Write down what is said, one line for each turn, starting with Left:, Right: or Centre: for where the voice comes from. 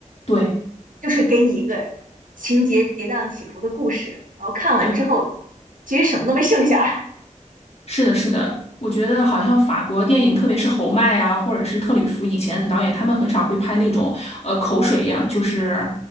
Left: 对。
Right: 就是给你一个情节跌宕起伏的故事，然后看完之后，
Left: 对
Right: 其实什么都没剩下。<laughs>
Left: 是的，是的，我觉得好像法国电影，特别是侯麦啊，或者是特吕弗以前的导演，他们很少会拍那种呃口水一样，就是